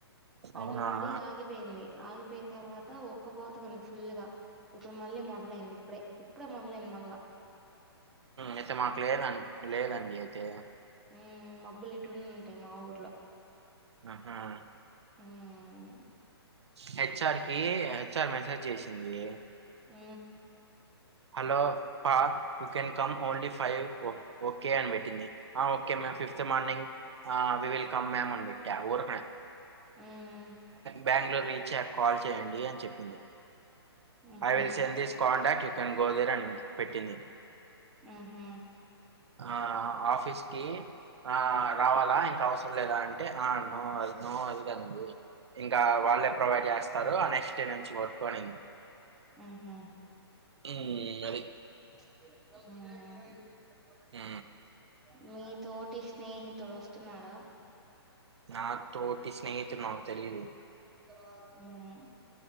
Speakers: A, in the centre; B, on the right (about 80°).
A: పడి
B: అవునా
A: పడి ఆగిపోయింది ఆగి పోయిన తర్వాత ఉక్కపోతగా ఉంది ఫుల్ గా ఇప్పుడు మళ్ళీ మొదలైంది ఇప్పుడే ఇప్పుడే మొదలైంది మళ్ళా
B: అయితే మాకు లేద లేదండి అయితే..
A: మ్ మబ్బులు ఇటుండి ఉంటాయి. మా ఊర్లో,
B: ఉహు
A: ఊ ఊ
B: హెచ్ ఆర్ కే హెచ్ ఆర్ మెసజ్ చేసింది.
A: ఊ.
B: హలో పా you can come only five ఓ ఓకే అని పెట్టింది okay ma'am fifth morning we will come ma'am అని పెట్టా ఊరకనే.
A: మ్మ్
B: బ్యాంగ్లూరు రీచ్ అయ్యాకా కాల్ చేయండి అని చెప్పింది.
A: మ్హూ
B: ఐ will send this contact you. You can go there అని పెట్టింది.
A: ఊహు.
B: ఆఆ ఆఫీస్ కి ఆఆ. రావాలా ఇంకా అవసరం లేదా అంటే ఆ అన్నావ్ ఆ నో అంది అంది. ఇంకా వాళ్ళే ప్రొవైడ్ చేస్తారు ఆ నెక్స్ట్ డే నుంచి వో.. కొనీ.
A: ఊహు.
B: ఊ ఊ అది.
A: హు హు
B: ఊ.
A: మీ. తోటి స్నేహితుడు వోస్తున్నాడా.
B: నా తోటి స్నేహితుడు నాకు తెలిదు.
A: కరెక్ట్ కదా ఉమ్